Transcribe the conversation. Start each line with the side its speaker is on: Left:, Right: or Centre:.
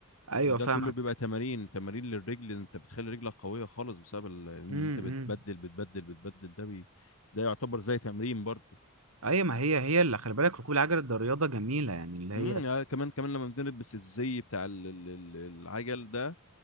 Right: ايوه
Left: وده
Right: فاهمك
Left: كله بيبقى تمارين تمارين للرجل إن انت بتخلي رجلك قويه خالص بسبب ال- ان
Right: امم
Left: انت بتبدل
Right: إمم.
Left: بتبدل بتبدل ده بي... ده يعتبر زي تمرين برضه
Right: ايوه ما هي هي اللي خلي بالك ركوب العجل ده رياضه جميله يعني اللي هي
Left: امم آه كمان كمان لما بنلبس الزي بتاع ال- ال- ال- العجل ده